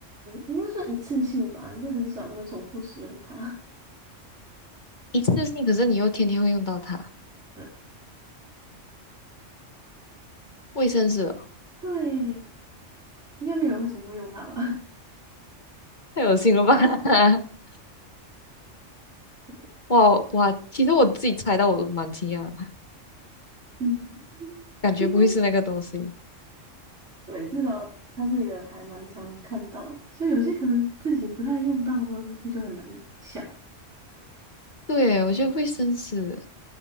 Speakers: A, on the right; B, on the left.
A: 应该算一次性吧，应该很少会重复使用它。
B: <laughs> 一次性，可是你又天天会用到它。
A: <laughs> 对，
B: 卫生纸哦，
A: 对，应该没有人会重复用它吧？
B: 太恶心了吧！<laughs>
A: <laughs> 对，
B: 哇哇，其实我自己猜到我都蛮惊讶的，
A: 嗯，
B: 感觉不会是那个东西。
A: 应该对，至少它是一个还蛮常看到的，所以有些可能自己不太用到的东西就很难想。
B: 对，我觉得卫生纸